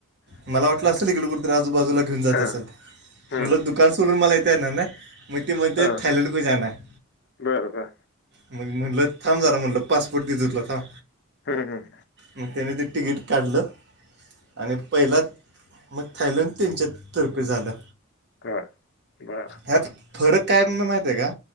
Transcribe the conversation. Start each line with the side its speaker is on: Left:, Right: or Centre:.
Right: मला वाटलं असेल ईकडे कुठतरी आजू बाजूला घेऊन जात
Left: हा
Right: असेल.
Left: हम्म
Right: म्हणलं दुकान सोडून मला येता येणार नाहि, ना म ते म्हणतात
Left: हा
Right: थायलंडको जाणा है.
Left: बरं बर
Right: मग म्हणलं थांब जरा म्हणलं पासपोर्ट देतोय तुला थांब.
Left: हम् हम
Right: मग त्याने ते तिकीट काढलं, आणि पहिलात मग थायलंड त्यांच्यातर्फे झालं.
Left: काय बरं
Right: ह्यात फरक काय माहिती ये का?